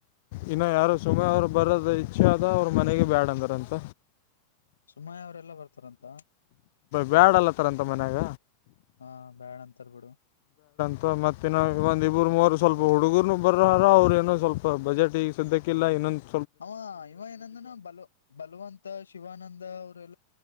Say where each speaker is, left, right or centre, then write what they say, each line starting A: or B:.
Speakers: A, on the left; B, on the left.
A: ಇನ್ನು ಯಾರು ಸುಮ ಅವರು ಬರೋದ ಇಚ್ಛೆ ಆದ ಅವ್ರ ಮನೆಗೆ ಬ್ಯಾಡ ಅಂದ್ರಂತ.
B: ಸುಮಯ ಅವರೆಲ್ಲ ಬರ್ತಾರಂತ.
A: ಬ್ಯಾಡ ಅಲ್ಲತರ ಅಂತ ಮನ್ಯಾಗ.
B: ಹಾ ಬ್ಯಾಡ ಅಂತಾರ್ ಬಿಡು.
A: ಅ ಮತ್ತೆನ್ನ ಒಂದ ಇಬ್ರು ಮೂರು ಸ್ವಲ್ಪ ಹುಡುಗರುನು ಬರಾರ ಅವ್ರು ಏನೋ ಸ್ವಲ್ಪ ಬಜೆಟ್ ಈಗ ಸ್ದಕ್ಕಿಲ್ಲ ಇನ್ನೊಂದಂದು
B: ಅವ ಇವ ಏನಂದ್ರನ ಬಲ ಬಲವಂತ ಶಿವಾನಂದ ಅವರೆಲ್ಲ